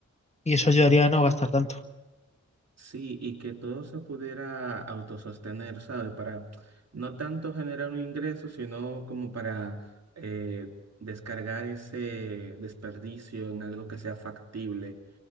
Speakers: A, on the left (about 20°); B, on the right (about 60°).
A: y, y eso ayudaría a no gastar tanto.
B: Sí, y que todo se pudiera autosostener, ¿sabe? Para no tanto generar un ingreso, sino como para eh, descargar ese desperdicio en algo que sea factible